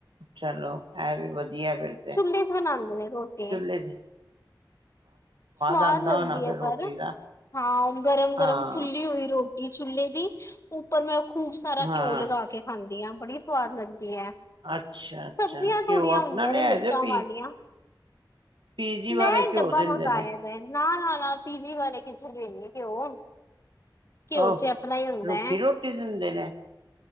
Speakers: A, on the right; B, on the left.
A: ਚਲੋ ਇਹ ਵੀ ਵਧੀਆ ਫਿਰ ਤੇ
B: ਚੁੇਲੇ ਚ ਬਣ <unintelligible> ਰੋਟੀ
A: ਚੁੱਲ੍ਹੇ ਦੀ
B: ਸਵਾਦ
A: ਆਉਂਦਾ
B: ਲੱਗਦੀ
A: ਹੋਣਾ ਫਿਰ
B: ਹੈ।
A: ਰੋਟੀ
B: ਪਰ
A: ਦਾ
B: ਹਾਂ ਗਰਮ ਗਰਮ
A: ਹਾਂ
B: ਫੁੱਲੀ ਹੋਈ ਰੋਟੀ ਚੁੇਲੇ ਦੀ ਉੱਪਰ ਮੈਂ ਖੂਬ ਸਾਰਾ
A: ਹਾਂ
B: ਘਿਓ ਲਗਾ ਕੇ ਖਾਂਦੀ ਹਾਂ। ਬੜੀ ਸੁਵਾਦ ਲੱਗਗੀ
A: ਅੱਛਾ ਅੱਛਾ
B: ਸਬਜ਼ੀਆਂ ਥੋੜੀਆਂ
A: ਘਿਓ ਆਪਣਾ
B: ਹੁੰਦੀਆਂ
A: ਲਿਆਏ
B: ਨੇ ਮਿਰਚਾਂ
A: ਜੇ ਪੀ
B: ਵਾਲੀਆਂ
A: ਪੀਜੀ ਵਾਲੇ
B: ਮੈਂ
A: ਘਿਓ
B: ਡੱਬਾ
A: ਦਿੰਦੇ
B: ਮੰਗਵਾਇਆ
A: ਨੇ
B: ਵੇ ਨਾ ਨਾ ਨਾ ਪੀਜੀ ਵਾਲੇ ਕਿੱਥੇ ਦੇਣ ਗੇ ਘਿਓ ਘਿਓ
A: ਆਹ
B: ਤੇ ਆਪਣਾ ਹੀ ਹੁੰਦਾ
A: ਰੁੱਖੀ
B: ਹੈ
A: ਰੋਟੀ ਦਿੰਦੇ ਨੇ